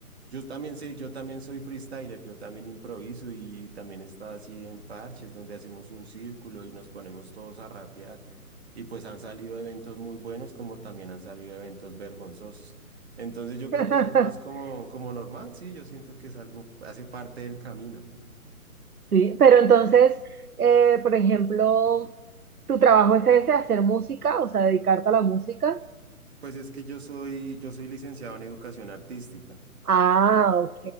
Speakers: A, on the right; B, on the right.
A: Yo también sé, yo también soy freestyler, yo también improviso y también está así en parches donde hacemos un círculo y nos ponemos todos a rapear. Y pues han salido eventos muy buenos como también han salido eventos vergonzosos. Entonces yo creo
B: <laughs>
A: que eso es más como, como normal, sí, yo siento que es algo, hace parte del camino.
B: Sí, pero entonces, eh, por ejemplo, tu trabajo es ese, hacer música, o sea, dedicarte a la música.
A: Pues es que yo soy, yo soy licenciado en educación artística.
B: Ah, ok,